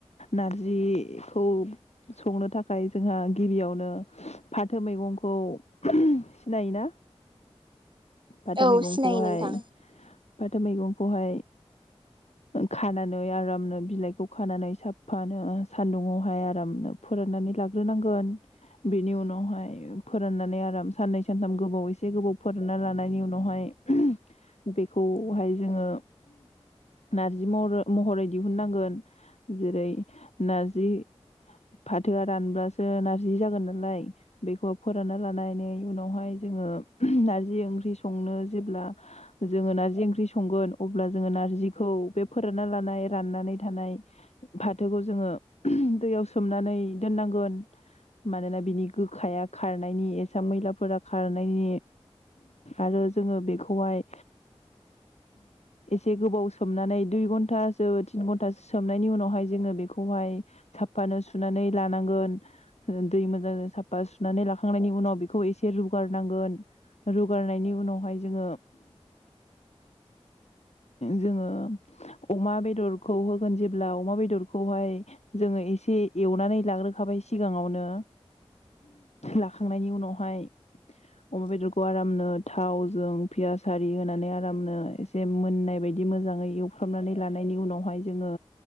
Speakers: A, on the left (about 85°); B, on the right (about 50°).
A: नारजिखौ संनो थाखाय जोंहा गिबियावनो फाथो मैगंखौ सिनायोना? फाथो
B: औ
A: मैगंखौहाय
B: सिनायो नोंथां
A: फाथो मैगंखौहाय खानानै आरामनो बिलाइखौ खानानै साफ्फानो सान्दुङावहाय आरामनो फोराननानै लाग्रोनांगोन बेनि उनावहाय फोराननानै आराम साननै सानथाम गोबाव एसे गोबाव फोरानना लानायनि उनावहाय ओम बेखौहाय जोङो नारजि महर महरै दिहुननांगोन जेरै नारजि फाथोआ रानब्लासो नारजि जागोन नालाय बेखौ फोरानना लानानै उनावहाय जोङो नारजि ओंख्रि संनो जेब्ला जोङो नार्जि ओंख्रि संगोन अब्ला जोङो नारजिखौ बे फोरानना लानाय राननानै थानाय फाथोखौ जोङो दैयाव सोमनानै दोननांगोन मानोना बिनि गोखाया खारनायनि एसा मैलाफोरा खारनायनि आरो जोङो बेखौहाय एसे गोबाव सोमनानै दुइ घन्टासो तिन घन्टासो सोमनायनि उनावहाय जोङो बेखौहाय साफ्फानो सुनानै लानांगोन दै मोजां साफा सुनानै लाखांनायनि उनाव बेखौ एसे रुगारनांगोन रुगारनायनि उनावहाय जोङो जोङो अमा बेदरखौ होगोन जेब्ला अमा बेदरखौहाय जोङो एसे एवनानै लाग्रोखाबाय सिगाङावनो लाखांनायनि उनावहाय अमा बेदरखौ आरामनो थावजों पियास आरि होनानै आरामनो एसे मोननाय बायदि मोजाङै एवफ्रामनानै लानायनि उनावहाय जोङो